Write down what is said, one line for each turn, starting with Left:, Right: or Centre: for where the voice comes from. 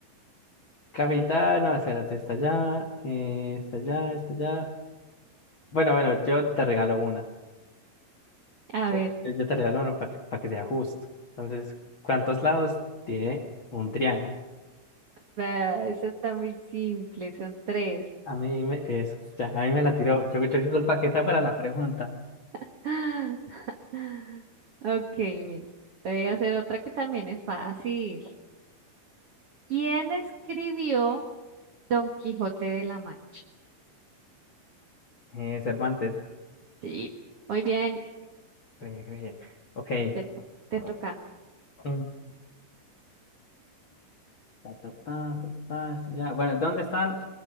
Left: capital, no, espérate, está allá, eh, está allá, está allá. Bueno, bueno, yo te regalo una.
Right: A
Left: Yo,
Right: ver,
Left: yo- yo te regalo una para que, para que sea justo. Entonces, ¿cuántos lados tiene un triángulo?
Right: ah, esa está muy simple, son tres.
Left: A mí me, eso, ya, a mí me la tiró. Yo, yo disculpa que esa fuera la pregunta.
Right: <gasps> <laughs> Ok, mira, te voy a hacer otra que también es fácil. ¿Quién escribió Don Quijote de la Mancha?
Left: Eh, Cervantes.
Right: Sí, muy bien.
Left: Eh, eh, ok.
Right: Te, te
Left: O-
Right: toca.
Left: mm, ta, ta, ta, ta, ta, sí, ya. Bueno, ¿dónde están